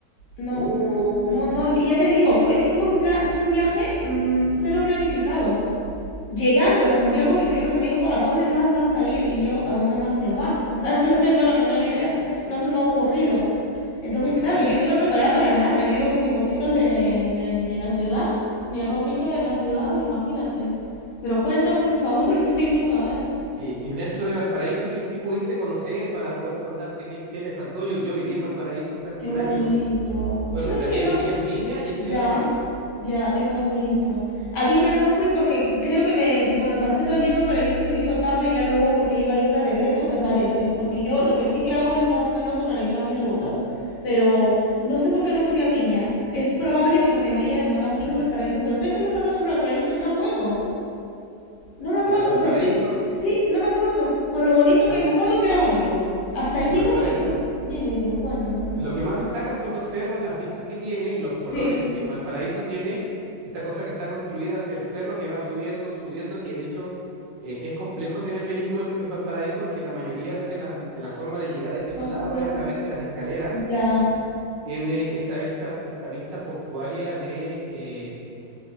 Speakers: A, on the left (about 75°); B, on the right (about 75°).
A: no,
B: Oh,
A: no, no, no, es que ya te digo, fue, es que fue un plan, fue un viaje mm, cero planificado. Llegando a Santiago, mi primo me dijo, ¿a dónde más vas a ir? Y yo, ¿a dónde más se va? O sea, <laughs> no tengo la menor idea, no se me ha ocurrido. Entonces,
B: y,
A: claro,
B: de-
A: yo no iba preparada para nada, yo iba con mis botitas de, de, de la ciudad, mi ropita de la ciudad, imagínate. Pero cuéntame, por favor, <laughs> necesito saber.
B: y- y dentro de Valparaíso, ¿qué, qué pudiste conocer para poder contarte qué, qué te faltó? Yo, yo viví en Valparaíso casi
A: Qué
B: un
A: bonito.
B: año. Bueno,
A: ¿Tú sabes
B: en realidad
A: que no,
B: vivía en Viña y estudiaba
A: Ya,
B: en Valpo.
A: ya, qué bonito. A Viña no fui porque creo que me, tipo, me pasé todo el día en Valparaíso, se me hizo tarde y ya luego porque iba a ir de regreso, me parece, porque yo lo que sí que hago es más o menos organizar mis rutas, pero no sé por qué no fui a Viña. Es probable que porque me haya demorado mucho por Valparaíso, pero ¿sabes qué me pasa con Valparaíso? Que no me acuerdo. No me acuerdo,
B: Mira, Valparaíso,
A: o sea, estoy, sí, no me acuerdo. Con lo bonito
B: Val-
A: que, me acuerdo que era bonito. Hasta ahí llego,
B: Valparaíso
A: pero no. Dime, dime, cuéntame, por
B: Lo
A: favor.
B: que más destaca son los cerros, las vistas que tiene, los colores,
A: Sí,
B: porque Valparaíso tiene esta cosa que está construida hacia el cerro que va subiendo, subiendo, que de hecho eh, es complejo tener vehículo en, en Valparaíso porque la mayoría de las de la formas de llegar a distintos
A: no
B: lados
A: sé, no.
B: es a través de las escaleras.
A: Ya.
B: Tiene esta, esta, esta vista portuaria de, eh,